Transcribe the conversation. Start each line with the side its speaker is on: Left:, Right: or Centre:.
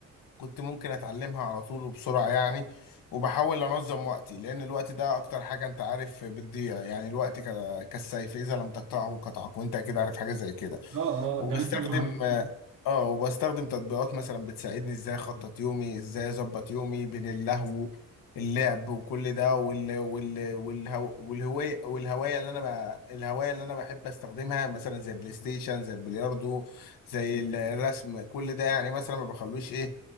Left: كنت ممكن اتعلمها على طول وبسرعة يعني وبحاول انظم وقتي لان الوقت ده اكتر حاجة انت عارف بتضيع يعني الوقت ك- كالسيف اذا لم تقطعه قطعك وانت اكيد عارف حاجة زي كده
Right: اه اه
Left: وبستخدم
Right: ده مثلا معروف
Left: اه وبستخدم تطبيقات مثلا بتساعدني ازاي اخطط يومي ازاي اظبط يومي بين اللهو اللعب وكل ده وال وال والهو والهوايه والهوايه اللي انا بقى الهوايه اللي انا بحب استخدمها مثلا زي البلاي ستيشن زي البلياردو زي الرسم كل ده يعني مثلا ما بخلوش ايه